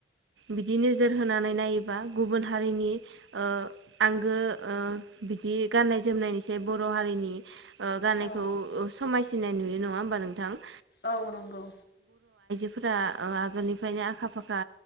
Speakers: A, on the right (about 85°); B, on the left (about 55°).
A: बिदि नोजोर होनानै नायोबा गुबुन हारिनि ओ आंगो ओ बिदि गाननाय जोमनायनि एसे बर' हारिनि ओ गाननायखौ
B: औ
A: समाय सिननाय नुयो नङा होमबा नोंथां?
B: औ नंगौ।
A: फोरा आगोलनिफ्रायनो आखा फाखा